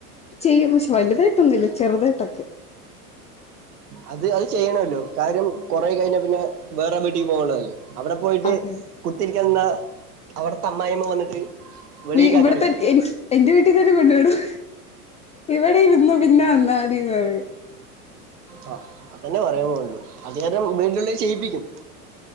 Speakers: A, on the left (about 15°); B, on the right (about 80°).
A: ചെയ്യും പക്ഷെ വലുതായിട്ടൊന്നും
B: ചെയ്-
A: ഇല്ല ചെറുതായിട്ടൊക്കെ
B: അത് അത് ചെയ്യണല്ലോ കാര്യം കൊറ കഴിഞ്ഞ പിന്നെ വേറെ വീട്ടിലക്ക് പോകള്ളല്ലേ അവിടെ പോയിട്ട്
A: അതെ
B: കുത്തിരിക്കുന്ന അവിടുത്തെ അമ്മായിമ്മ വന്നിട്ട് വെളിക്കാക്കണവരും.
A: ഇവിടത്തെ എന്റെ വീട്ടിൽ തന്നെ കൊണ്ടുവിടും ഇവിടെ ഇരുന്നോ പിന്നെ വന്നാൽ മതിന്ന് പറയും
B: ആ അതന്നെ പറയാൻ പോന്നുള്ളൂ അത് ചെയ്യാൻ വീട്ടിനെ ചെയ്യിപ്പിക്കും